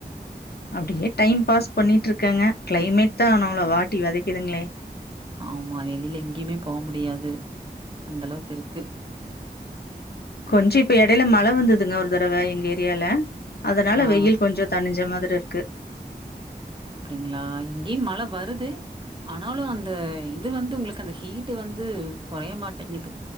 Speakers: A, on the left; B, on the right.
A: அப்டியே டைம் பாஸ் பண்ணிட்டு இருக்கங்க கிளைமேட்தா நம்ள வாட்டி வதைக்குதுங்களே
B: ஆமா வெளில எங்கியுமே போமுடியாது அந்தளவுக்கிருக்கு
A: கொஞ்ச இப்ப எடையில மழ வந்ததுங்க ஒரு தரவ எங்க ஏரியால அதனால
B: ஆ
A: வெயில் கொஞ்சோ தனிஞ்ச மாதிரி இருக்கு
B: அப்பிடிங்களா இங்கியு மழ வருது ஆனாலு அந்த இது வந்து ஒங்களுக்கு அந்த ஹீட்டு வந்து கொறைய மாட்டேங்குது